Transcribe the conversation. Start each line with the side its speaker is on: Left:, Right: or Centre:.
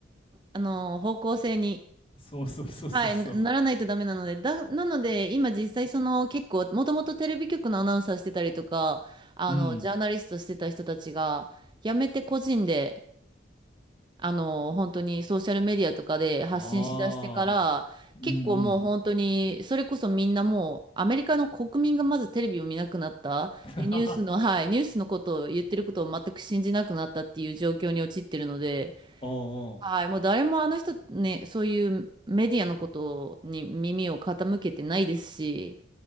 Right: あの、方向性に、
Left: そうそうそうそうそう。
Right: はい、なならないとダメなので、だ、なので、今実際その結構、もともとテレビ局のアナウンサーしてたりとか、あの、
Left: うん。
Right: ジャーナリストしてた人たちが、辞めて個人で、あの、本当にソーシャルメディアとかで発信しだしてから、
Left: ああ。うんう
Right: 結構もう本当に、それこそみんなもう、アメリカの国民がまずテレビを見なくなった。
Left: ん。<laughs>
Right: で、ニュースの、
Left: はは
Right: はい、ニュースのことを言ってることを全く信じなくなったっていう状況に陥ってるので、
Left: おうおう。
Right: はい、もう誰もあの人ね、そういうメディアのことに耳を傾けてないですし、